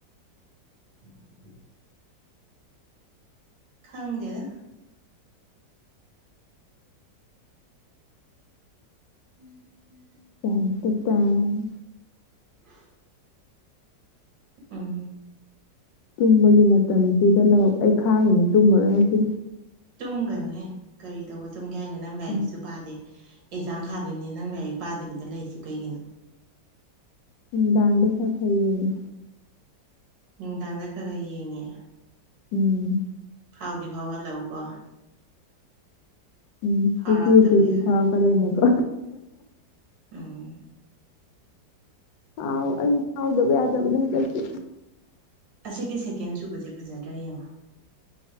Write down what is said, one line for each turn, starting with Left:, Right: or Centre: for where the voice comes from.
Right: ꯎ <unintelligible> ꯈꯪꯗꯦꯗ <inaudible>
Left: ꯄꯀꯤꯇꯥꯟ <unintelligible>
Right: ꯎ <unintelligible> ꯎꯝ
Left: ꯇꯨꯝꯕꯒꯤ ꯃꯇꯝꯁꯤꯗ ꯂꯧꯔꯛ ꯑꯩ ꯈꯥꯡꯉꯅꯤ ꯇꯨꯝꯃꯔꯣꯏ ꯉꯁꯤ
Right: ꯇꯨꯝꯒꯅꯨꯍꯦ ꯀꯔꯤ ꯇꯧꯕ ꯇꯨꯝꯒꯦ ꯍꯥꯏꯅꯣ ꯅꯪ ꯂꯥꯏꯔꯤꯛꯁꯨ
Left: ꯎꯝ
Right: ꯄꯥꯗꯦ ꯑꯦꯛꯖꯥꯝ ꯊꯥꯗꯣꯏꯅꯦ ꯅꯪ ꯂꯥꯏꯔꯤꯛ ꯄꯥꯗꯕꯤꯗ ꯂꯩꯔꯤꯁꯤ ꯀꯩꯒꯤꯅꯣ
Left: ꯅꯨꯡꯗꯥꯡꯗ ꯈꯔꯥ ꯈꯔꯥ ꯌꯦꯡꯉꯤ
Right: ꯅꯨꯡꯗꯥꯡꯗ ꯈꯔ ꯈꯔ ꯌꯦꯡꯉꯦ
Left: ꯎꯝ
Right: ꯐꯥꯎꯗꯤ ꯐꯥꯎꯍꯜꯂꯛꯎ ꯀꯣ
Left: ꯎꯝ
Right: ꯐꯥꯎꯔꯛꯇꯕ
Left: <unintelligible>
Right: ꯌꯥꯔꯣꯏ
Left: ꯐꯔꯛꯀꯗꯣꯏꯅꯦꯀꯣ
Right: ꯎꯝ
Left: ꯐꯥꯎ ꯑꯩꯁꯨ ꯐꯥꯎꯗꯕ ꯌꯥꯗꯕꯅꯦ ꯍꯟꯗꯛꯇꯤ
Right: ꯑꯁꯤꯒꯤ ꯁꯦꯀꯦꯟ ꯁꯨꯕꯁꯦ ꯐꯖꯗ꯭ꯔ ꯌꯦꯡꯉꯣ